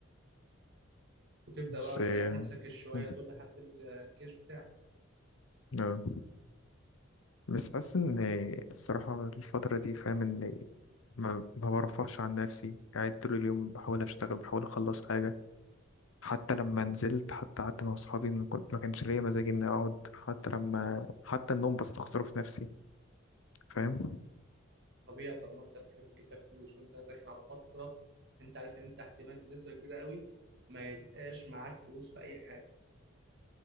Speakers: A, on the right; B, on the left.
A: وتبدأ
B: بس
A: بقى
B: آه،
A: تريح نفسك الشوية
B: مم.
A: دول لحد الجيش بتاعك
B: آه. بس حاسس إن الصراحة الفترة دي فاهم إن ما ما برفعش عن نفسي قاعد طول اليوم بحاول أشتغل بحاول أخلص حاجة حتى لما نزلت حتى قعدت مع أصحابي ما كنت- ما كانش ليا مزاج إني أقعد حتى لما حتى النوم بستخسره في نفسي فاهم
A: طبيعي طالما انت الحاجه بتجيب لك فلوس وانت داخل على فتره انت عارف ان انت احتمال بنسبه كبيره قوي ما يبقاش معاك فلوس في اي حاجه